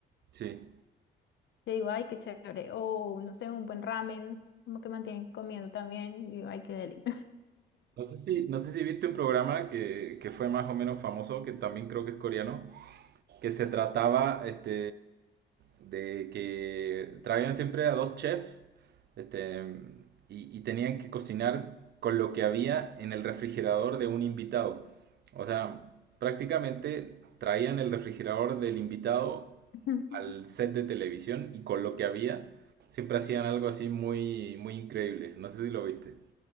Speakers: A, on the right (about 55°); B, on the left (about 65°).
A: Sí.
B: Yo digo, ay, qué chévere, o no sé, un buen ramen, como que mantienen comiendo también, y digo, ay, qué deli.
A: No sé si, no sé si viste un programa que, que fue más o menos famoso, que también creo que es coreano, que se trataba este, de que traían siempre a dos chefs este, y, y tenían que cocinar con lo que había en el refrigerador de un invitado. O sea, prácticamente traían el refrigerador del invitado
B: <laughs>
A: al set de televisión y con lo que había siempre hacían algo así muy, muy increíble. No sé si lo viste.